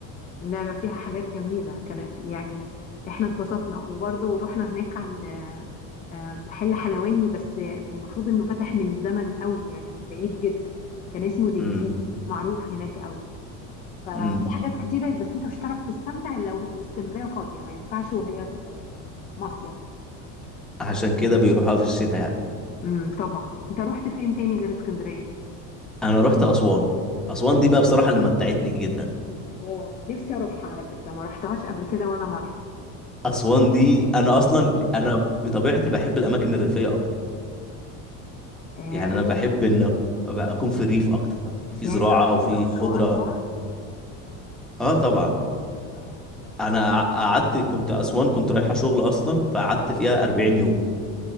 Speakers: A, on the left; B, in the centre.
A: لا لا فيها حاجات جميلة كانت يعني احنا اتبسطنا وبرضه رحنا هناك عند آه، آه، محل حلواني بس آه، المفروض انه فتح من زمن قوي يعني من بعيد جدا كان اسمه ديليسيس
B: امم
A: معروف هناك قوي ففي
B: امم
A: حاجات كتيرة بس انت مش هتعرف تستمتع الا وه- واسكندرية فاضية ما ينفعش وهي آه، مصيف
B: عشان كده بيروحوها في الشتاء يعني
A: امم طبعا انت رحت فين تاني غير اسكندرية
B: انا رحت اسوان اسوان دي بقى بصراحة اللي متعتني جدا
A: الله نفسي اروحها على فكرة ما رحتهاش قبل كده ولا مرة
B: اسوان دي انا اصلا انا بطبيعتي بحب الاماكن الريفيه اكتر
A: آه،
B: يعني انا
A: انت
B: بحب ان أك- أبقى اكون في الريف اكتر في
A: يعني
B: زراعه
A: انت رحت
B: وفي
A: الاقصر
B: خضره
A: واسوان
B: اه طبعا
A: اه
B: انا قع- قعدت كنت اسوان كنت رايحه شغل اصلا فقعدت فيها 40 يوم